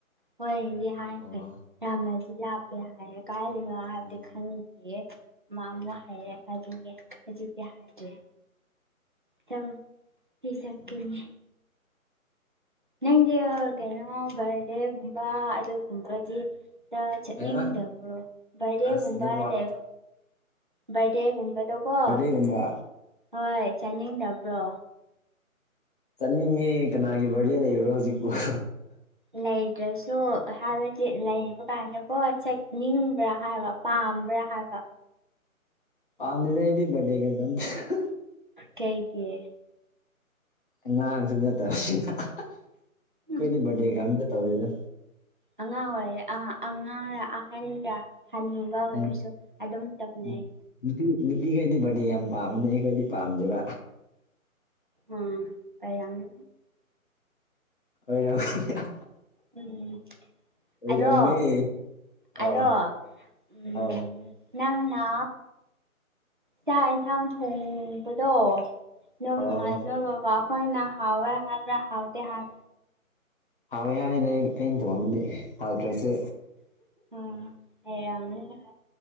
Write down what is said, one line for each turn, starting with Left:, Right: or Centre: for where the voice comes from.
Right: ꯍꯣꯏꯗꯤ ꯍꯥꯏꯈ꯭ꯔꯦ
Left: ꯑꯣ
Right: ꯌꯥꯝꯅꯁꯨ ꯂꯥꯞꯄꯦ ꯍꯥꯏꯌꯦ ꯀꯥꯏꯗꯅꯣ ꯍꯥꯏꯕꯗꯤ
Left: ꯎꯝ
Right: ꯈꯪꯗꯦ ꯍꯥꯏꯌꯦ ꯌꯦ ꯃꯃꯣ ꯍꯥꯏꯌꯦ ꯑꯗꯨꯒꯤ ꯍꯥꯏꯖꯤꯛꯇꯤ ꯍꯥꯏꯗ꯭ꯔꯦ ꯌꯥꯝ ꯄꯤꯁꯀꯤꯅꯤ
Left: ꯑꯣ
Right: ꯅꯪꯖꯦꯑꯥ ꯀꯩꯅꯣ ꯕꯥꯔꯗꯦꯒꯨꯝꯕ ꯑꯗꯨꯒꯨꯝꯕꯗꯤ ꯗ ꯆꯠꯅꯤꯡꯗꯕ꯭ꯔꯣ
Left: ꯀꯩꯕ
Right: ꯕꯔꯗꯦꯒꯨꯝꯕ
Left: ꯑꯁ ꯅꯦꯠꯋꯥꯛ
Right: ꯂꯩꯕ ꯕꯥꯔꯗꯦꯒꯨꯝꯕꯗꯣ ꯀꯣ
Left: ꯕꯥꯔꯗꯦꯒꯨꯝꯕ
Right: ꯍꯣꯏ ꯆꯠꯅꯤꯡꯗꯕ꯭ꯔꯣ
Left: ꯆꯠꯅꯤꯡꯉꯦ ꯀꯅꯥꯒꯤ ꯕꯥꯔꯗꯦ ꯂꯩꯕ꯭ꯔꯣ ꯍꯧꯖꯤꯛꯄꯨ <unintelligible>
Right: ꯂꯩꯇ꯭ꯔꯁꯨ ꯍꯥꯏꯕꯗꯤ ꯂꯩꯕ ꯀꯥꯟꯗꯀꯣ ꯆꯠꯅꯤꯡꯕ꯭ꯔꯥ ꯍꯥꯏꯕ ꯄꯥꯝꯕ꯭ꯔꯥ ꯍꯥꯏꯕ
Left: ꯄꯥꯝꯗꯦꯗ ꯑꯩꯗꯤ ꯕꯥꯔꯗꯦꯒꯒ ꯑꯝꯇ <unintelligible>
Right: ꯀꯩꯒꯤ
Left: ꯑꯉꯥꯡꯁꯨ ꯅꯠꯇꯕꯁꯤꯗ <unintelligible>
Right: ꯎꯝ
Left: ꯑꯈꯣꯏꯗꯤ ꯕꯥꯔꯗꯦꯒ ꯑꯝꯇ ꯇꯧꯗꯦꯗ
Right: ꯑꯉꯥꯡ ꯑꯣꯏꯔꯦ ꯑꯉꯥꯡ -ꯑꯉꯥꯡꯔ ꯑꯍꯟꯔ ꯍꯟꯅꯨꯕ ꯑꯣꯏꯔꯁꯨ
Left: ꯎꯝ
Right: ꯑꯗꯨꯝ ꯇꯧꯅꯩ
Left: ꯎꯝ ꯅꯨꯄꯤ -ꯅꯨꯄꯤꯈꯩꯗꯤ ꯕꯥꯔꯗꯦ ꯌꯥꯝ ꯄꯥꯝꯕꯅꯦ ꯑꯩꯈꯣꯏꯗꯤ ꯄꯥꯝꯗꯦꯕ
Right: ꯎꯝ ꯄꯌꯥꯝꯃꯦ
Left: ꯑꯣꯏꯔ <unintelligible>
Right: ꯎꯝ
Left: ꯑꯣꯏꯔꯝꯃꯦ
Right: ꯑꯗꯣ
Left: ꯑꯥꯎ
Right: ꯑꯗꯣ ꯎꯝ
Left: ꯑꯧ
Right: ꯅꯪꯅ ꯆꯥꯛ -ꯏꯟꯁꯥꯡ ꯊꯣꯡꯕꯗꯣ ꯅꯣꯏ
Left: ꯑꯧ
Right: ꯃꯃꯥ ꯅꯣꯏ ꯕꯥꯕꯥ ꯍꯣꯏꯅ ꯍꯥꯎꯋꯦ ꯍꯥꯕ꯭ꯔ ꯍꯥꯎꯇꯦ ꯍꯥꯏ
Left: ꯍꯥꯎꯋꯦ ꯍꯥꯏꯅ ꯑꯩ -ꯑꯩꯅ ꯊꯣꯡꯕꯗꯤ ꯍꯥꯎꯇ꯭ꯔꯁꯨ
Right: ꯑꯣ ꯑꯥ ꯍꯩꯔꯝꯒꯅꯤ